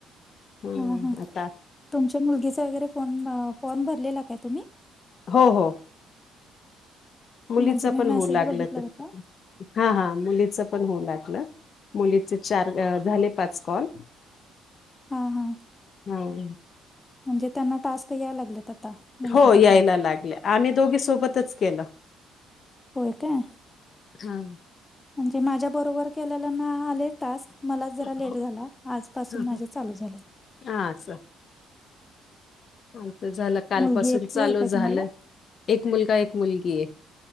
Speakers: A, on the left; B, on the left.
A: हम्म
B: हां हां
A: आता
B: तुमच्या मुलगीचा वगैरे फोन फॉर्म भरलेला काय तुम्ही
A: हो हो मुलीच
B: म्हणजे मी
A: पण होऊ
B: मेसेज
A: लागलं
B: बघितला
A: तर
B: होता
A: हा हा मुलीच पण होऊ लागलं मुलीचे चार झाले पाच कॉल
B: हां हां
A: हम
B: म्हणजे त्यांना टास्क याय लागलेत आता मुलगीला
A: हो यायला
B: पण
A: लागले आम्ही दोघी सोबतच केलं
B: होय काय
A: हा
B: म्हणजे माझ्या बरोबर केलेल्यांना आले टास्क मला
A: हो,
B: जरा लेट झाला आजपासून
A: हा,
B: माझे
A: हा.
B: चालू झाले
A: हा स आलत झालं काल
B: मुलगी
A: पासून
B: एकटी
A: चालू
B: आहे काय
A: झालं
B: तुम्हाला
A: एक मुलगा एक मुलगी आहे